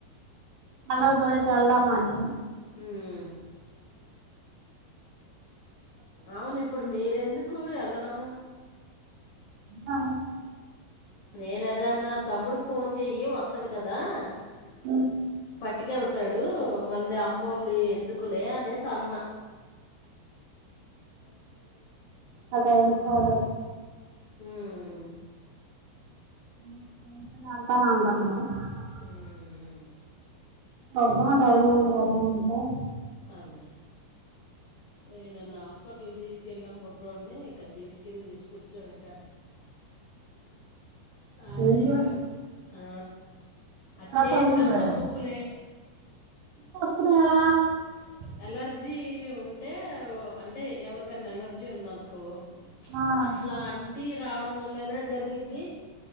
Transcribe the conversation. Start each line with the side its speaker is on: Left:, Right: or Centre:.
Right: పండగకి ఫోన్ చేస్తే కెల్దామా అని
Left: ఆ అవును ఇప్పుడు మీరెందుకు వెళ్ళడం
Right: ఆ
Left: నేనదే అన్న తమ్ముడికి ఫోన్ చెయ్యి వ అతాడు కదా <unintelligible>
Right: అవును
Left: పట్టుకెళ్తాడు మళ్ళీ అమ్మోళ్ళి ఎందుకులే అనేసి అన్న
Right: ఆ టైమ్కి పాడాలి
Left: హ్ మ్
Right: అ అందా మరి
Left: ఉమ్,
Right: అబ్బా డైమండ్ కదా అంటే
Left: అదే ఏ నిన్న హస్పట ఇకి తీసుకెళ్ళాం బుడ్డోడిని ఇక తీసుకెళ్ళి తీసుకొచ్చాం ఇక అదే
Right: ఏం చేస్తున్నాడా
Left: ఇక ఆ ఆ చేతికంతా
Right: పడుకుంటున్నాడా
Left: పొక్కులే
Right: <unintelligible>
Left: ఎలర్జీ ఉంటే అంటే ఎవరికన్నా ఎలర్జీ ఉందనుకో
Right: ఆ
Left: అట్లా అంటి రావ వళ్ళైన జరిగిది